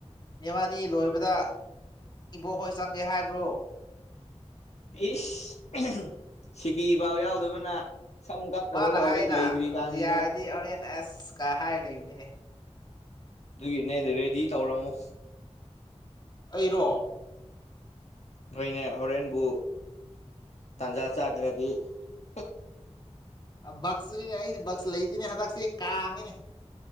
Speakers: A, on the left; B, on the left.
A: ꯏꯕꯥꯟꯅꯤ ꯂꯣꯏꯕꯗ ꯏꯕꯣꯛꯍꯣꯏ ꯆꯪꯒꯦ ꯍꯥꯏꯕ꯭ꯔꯣ
B: ꯏꯁ ꯁꯤꯀꯤ ꯐꯥꯎ ꯌꯥꯎꯗꯕꯅ ꯁꯝ ꯀꯛꯅꯕ
A: ꯃꯥꯅ
B: ꯐꯥꯎ
A: ꯍꯥꯏꯅ
B: ꯍꯧꯖꯤꯛ ꯂꯩꯇ꯭ꯔꯤ ꯀꯥꯟꯁꯤꯗ
A: ꯌꯥꯔꯗꯤ ꯍꯣꯔꯦꯟ ꯑꯁ ꯀ ꯍꯥꯏꯔ ꯂꯩꯕꯅꯤꯅꯦ
B: ꯑꯗꯨꯒꯤꯅꯦ ꯔꯦꯗꯤ ꯇꯧꯔꯝꯃꯣ
A: ꯑꯩꯔꯣ
B: ꯅꯣꯏꯅꯦ ꯍꯣꯔꯦꯟꯕꯨ ꯇꯥꯟꯖꯥ ꯆꯥꯗ꯭ꯔꯗꯤ <unintelligible>
A: ꯕꯛꯁꯁꯨꯅꯤꯅꯦ ꯑꯩꯁꯦ ꯕꯛꯁ ꯂꯩꯇꯦꯅꯦ ꯍꯟꯗꯛꯁꯦ ꯀꯥꯉꯤꯅꯦ